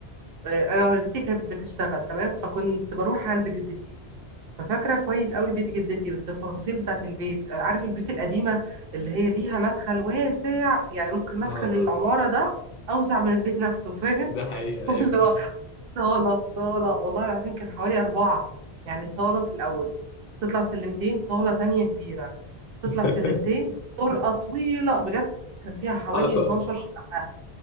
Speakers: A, on the right; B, on the left.
A: آه، انا والدتي كانت بتشتغل تمام فكنت بروح عند جدتي ففاكره كويس قوي بيت جدتي والتفاصيل بتاعت البيت آه، عارف البيوت القديمه اللي هي ليها مدخل واسع يعني ممكن مدخل
B: اه
A: العماره
B: اه
A: ده اوسع من البيت نفسه فاهم
B: ده حقيقة
A: اللي
B: أيوه
A: هو صالة في صالة والله العظيم كان حوالي أربعة يعني صالة في الأول تطلع سلمتين صالة تانية كبيرة تطلع
B: <laughs>
A: سلمتين طرقة طويلة بجد كان فيها حوالي
B: حصل
A: 12 شقة